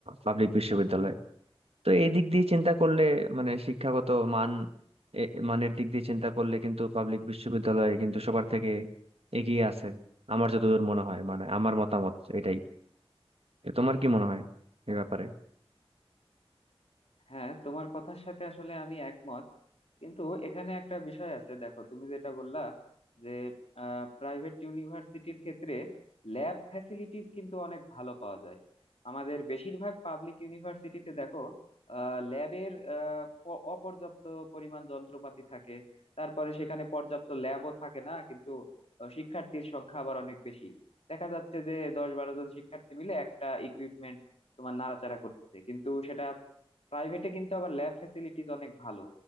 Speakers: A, on the right (about 70°); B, on the left (about 80°).
A: পাবলিক বিশ্ববিদ্যালয়ে তো এই দিক দিয়ে চিন্তা করলে মানে শিক্ষাগত মান এ- মানের দিক দিয়ে চিন্তা করলে কিন্তু পাবলিক বিশ্ববিদ্যালয়ে কিন্তু সবার থেকে এগিয়ে আছে আমার যতদূর মনে হয় মানে আমার মতামত এটাই তো তোমার কি মনে হয় এই ব্যাপারে
B: হ্যাঁ তোমার কথার সাথে আসলে আমি একমত কিন্তু এখানে একটা বিষয় আছে দেখো তুমি যেটা বললা যে প্রাইভেট ইউনিভার্সিটির ক্ষেত্রে ল্যাব ফ্যাসিলিটিস কিন্তু অনেক ভালো পাওয়া যায় আমাদের বেশিরভাগ পাবলিক ইউনিভার্সিটিতে দেখো ল্যাবের অপর্যাপ্ত পরিমাণ যন্ত্রপাতি থাকে তারপরে সেখানে পর্যাপ্ত ল্যাবও থাকে না কিন্তু আহ, শিক্ষার্থীর সংখ্যা আবার অনেক বেশি দেখা যাচ্ছে যে দশ বারো জন শিক্ষার্থী মিলে একটা ইকুইপমেন্ট তোমার নাড়াচাড়া করতেছে কিন্তু সেটা প্রাইভেটে কিন্তু আবার ল্যাব ফ্যাসিলিটিস অনেক ভালো